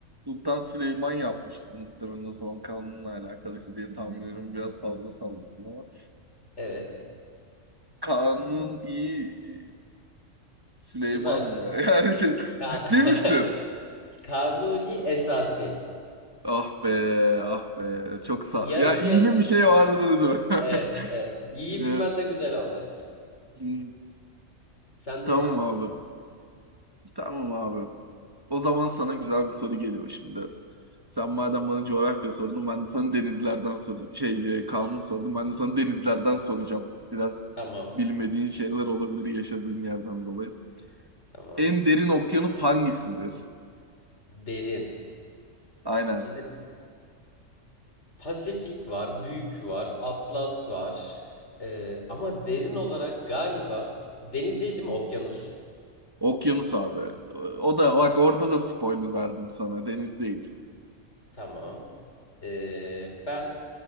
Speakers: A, on the right (about 20°); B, on the left (about 60°).
A: Sultan Süleyman yapmıştı muhtemelen o zaman kanunla alakalıydı diye tahmin ediyorum. Biraz fazla salladım ama.
B: Evet
A: Kanun iyi e, Süleyman
B: süpersin.
A: mı? <laughs> Yani şey,
B: Ka-
A: ciddi misin?
B: <laughs> Kanuni esası.
A: Ah be, ah be. Çok sağ...
B: Yarım
A: Ya iyili
B: yazılı.
A: bir şey vardı dedim.
B: Evet
A: <laughs>
B: evet İyi
A: Ya,
B: bilmen de güzel oldu.
A: hı,
B: Sen
A: Tamam
B: de sıra.
A: abi. Tamam abi. O zaman sana güzel bir soru geliyor şimdi. Sen madem bana coğrafya sordun ben de sana denizlerden sordum. Şey, e, kanun sordum ben de sana denizlerden soracağım. Biraz
B: Tamam
A: bilmediğin şeyler olabilir yaşadığın yerden dolayı.
B: tamam.
A: En derin okyanus hangisidir?
B: Derin.
A: Aynen.
B: Şimdi Pasifik var, Büyük var, Atlas var. Ee, ama derin olarak galiba deniz değil değil mi? Okyanus.
A: Okyanus abi. O da bak orada da spoiler verdim sana. Deniz değil.
B: Tamam. Ee, ben